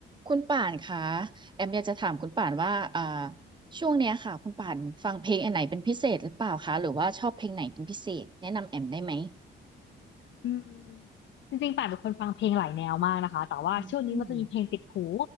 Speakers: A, on the right; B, on the left.
A: คุณป่านคะแอมอยากจะถามคุณป่านว่าอ่าช่วงเนี้ยค่ะคุณป่านฟังเพลงอันไหนเป็นพิเศษหรือเปล่าคะหรือว่าชอบเพลงไหนเป็นพิเศษแนะนำแอมได้ไหม
B: อืมจริงๆป่านเป็นคนฟังเพลงหลายแนวมากนะคะแต่ว่าช่วงนี้มันจะมีเพลงติดหู
A: อืม